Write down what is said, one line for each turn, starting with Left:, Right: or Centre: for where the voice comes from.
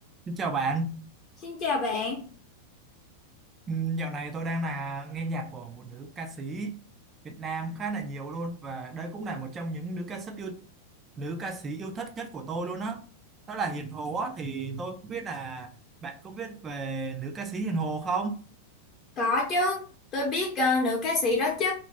Right: Xin chào bạn,
Left: Xin chào bạn,
Right: Ừm, dạo này tôi đang là nghe nhạc của một nữ ca sĩ Việt Nam khá là nhiều luôn và đây cũng là một trong những nữ ca sĩ yêu nữ ca sĩ yêu thích nhất của tôi luôn á. Đó. đó là Hiền Hồ á thì tôi không biết là bạn có biết về nữ ca sĩ Hiền Hồ không?
Left: có chứ, tôi biết ờ, nữ ca sĩ đó chứ,